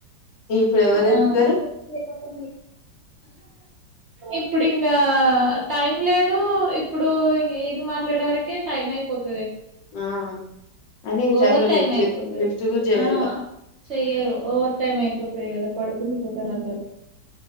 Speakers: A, on the left; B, on the right.
A: ఇప్పుడు ఎవరెత్తుతారు
B: ఉ ఉ ఇప్పుడు ఇంగ టైం లేదు ఇప్పుడు ఇది మాత్ర ప్లేడ వరకె టైమ్ అయిపోతుంది
A: ఆ అయినా ఈ
B: ఓవర్
A: టై లో
B: టైం
A: లిఫ్ట్
B: అయిపోతది
A: చే లిఫ్ట్ కుడ చేయరుగా
B: ఆ చెయ్యరు ఓవర్ టైమ్ అయిపోతది కదా పడుకుండి పోతారు అందరు